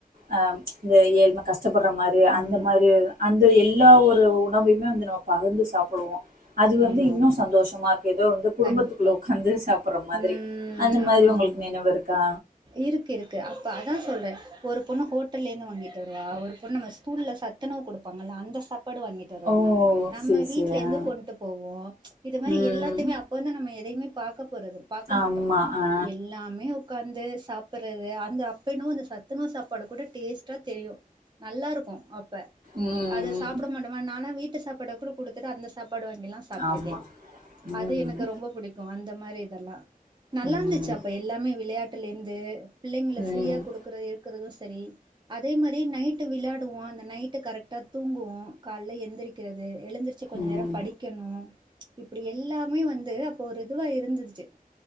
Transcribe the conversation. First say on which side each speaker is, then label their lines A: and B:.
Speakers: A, on the right; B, on the right.
A: ஆ இந்த ஏழ்ம கஷ்டப்பட்ற மாரி அந்த
B: ஆமா
A: மாரி அந்த எல்லா ஒரு உணவையுமே வந்து நம்ம பகிர்ந்து சாப்டுவோ அது வந்து
B: ஆமா
A: இன்னு
B: ஆமா
A: சந்தோஷமா இருக்கு ஏதோ வந்து குடும்பத்துக்குள்ள
B: கண்டிப்பா
A: வந்து உட்காந்து சாப் புட்ற மாதிரி
B: ம்
A: அந்த மாரி
B: ஆமா
A: உங்ளுக்கு
B: ஆமா
A: நினைவு இருக்கா
B: இருக்கு இருக்கு அப்ப அதா சொல்றே ஒரு பொண்ணு ஹோட்டல்லேந்து வாங்கிட்டு வருவா ஒரு பொண்ணு நம்ம ஸ்கூல்ல சத் துணவு குடுப்பாங்கள அந்த சத் சாப்பாடு வாங்கிட்டு வருவாங்க
A: ஓ!
B: நம்ம
A: சரி,
B: வீட்ல
A: சரி.
B: இருந்து
A: ஆ.
B: கொண்டு போவோ இது மாரி
A: ம்.
B: எல்லாத்தையுமே இப்ப வந்து நம்ம எதையுமே பாக்க போறது பாக்க
A: ஆமா.
B: மாட்டோ
A: ஆ.
B: எல்லாமே உக்காந்து சாப்புட்ற அந்த அப்ப எனவோ அந்த சத்துணவு சாப்பாடு கூட டேஸ்டா தெரியு நல்லா இருக்கு அப்ப
A: ம்,
B: அத
A: ம்.
B: சாப்பிட மாட்டோ நானா வீட்டு சாப்பாட கூட குடுத்துட்டு அந்த சாப்பாடு வாங்கில்லா சாப்ட்டு
A: ஆமா.
B: இருக்கே
A: ம்.
B: அது எனக்கு ரொம்ப புடிக் கு அந்த மாறி இத எல்லா நல்லா
A: ம்.
B: இருந்துச்சு அப்ப எல்லாமே விளையாட்டுல இருந்து பிள்ளைங்கள
A: ம்.
B: ஃப்ரீயா குடுக்கற இருக்குறது சேரி அதே மாறி நைட்டு விளையாடுவோ அந்த நைட்டு கரெட்டா தூங்குவோ காலையில எந்திரிக்கிறது எழுந்திருச் ச்சு கொஞ்சே
A: ம்.
B: நேர படிக்கணு இப்புடி எல்லாமே வந்து அப்போ ஒரு இதுவா இருந்துருச்சு